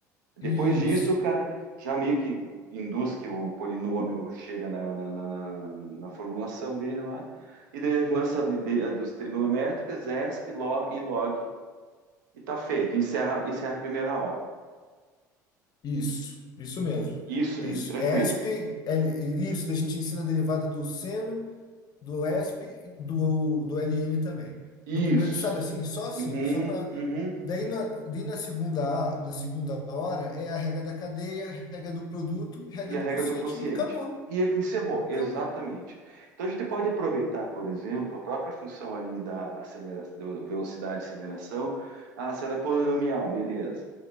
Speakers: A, on the right (about 70°); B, on the left (about 40°).
A: Depois
B: isso,
A: disso, cara, já meio que induz que o polinômio chega na, na, na, na- na formulação dele lá, e daí lança de, de- dos trigonométricas, ESP, LO e log, e tá feito. Encerra, encerra a primeira hora.
B: isso, isso mesmo.
A: Isso
B: Isso.
A: aí, tranquilo.
B: ESP, L- isso, da gente ensina a derivada do seno. do ESP e do, do LN também.
A: Isso.
B: No primeiro, sabe assim? Só assim,
A: Uhum,
B: só para
A: uhum.
B: daí na, daí na segunda, a- na segunda hora é a regra da cadeia, a regra do produto, regra
A: e a
B: do
A: regra
B: quociente
A: do quociente.
B: e acabou.
A: E encerrou, exatamente.
B: Acabou.
A: Então a gente pode aproveitar, por exemplo, a própria função ali da aceleração, do velocidade e aceleração. Ah, se ela é polinomial, beleza.